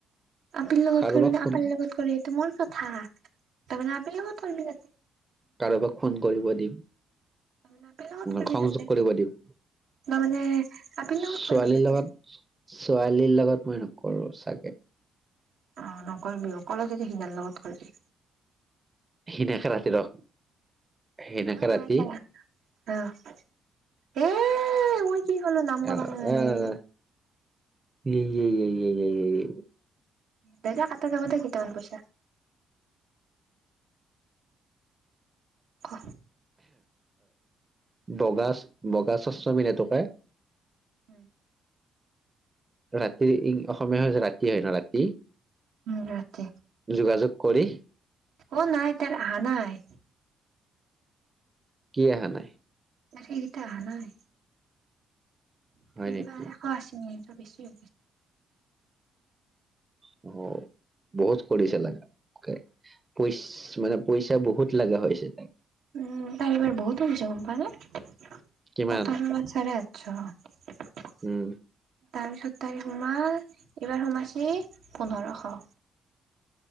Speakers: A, on the right (about 75°); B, on the right (about 20°).
A: আপিৰ লগত
B: কাৰোবাক
A: কৰিবি নে
B: ফোন
A: আপেল লগত কৰি টো মোৰ কথা, তই মানে আপীৰ লগত কৰিবি।
B: কাৰোবাক ফোন কৰিব দিম,
A: তাৰমানে আপিৰ লগত কৰিবি
B: সহযোগ
A: তাতে
B: কৰিব দিম।
A: তাৰমানে আপিৰ লগত
B: ছোৱালীৰ
A: কৰিবি তাতে
B: লগত। ছোৱালীৰ লগত মই নকৰোঁ চাগে।
A: অ', নকৰিবি অকলে যদি সিনাৰ লগত কৰিবি।
B: হিনেকা ৰাতি ৰখ, হেনেকা
A: অ নাই
B: ৰাতি।
A: তাই অ'। এ', মই কি কলো নাম
B: আহ
A: কব নালাগে।
B: আহ য়ে য়ে য়ে, য়ে, য়ে, য়ে
A: দাদা সাততা লগতে কৃতন গৈছে। খ'
B: বগা, বগা চশমা পিন্ধা টোকে।
A: হম।
B: ৰাতি, অসমীয়া সমাজত ৰাতি হয় ন ৰাতি।
A: উম ৰাতি।
B: যোগাযোগ কৰি
A: অ', নাই তাৰ অহা নাই।
B: কি অহা নাই?
A: বাকীকেইটা অহা নাই
B: হয়
A: ত
B: নেকি
A: কিবা এশ আছিনি ভাবিছোঁ।
B: অ'। বহুত কৰিছে লগাকে, পইছ মানে পইচা বহুত লগা হৈছে।
A: উম, তাৰ এইবাৰ বহুত ভুল হৈছে গ'ম পাৱনে,
B: কিমান
A: মত মুৰত চাৰহঁত আচ্ছা।
B: উম।
A: তাৰপিছত তাইৰ সোমাল। এইবাৰ সোমাছে পোন্ধৰশ।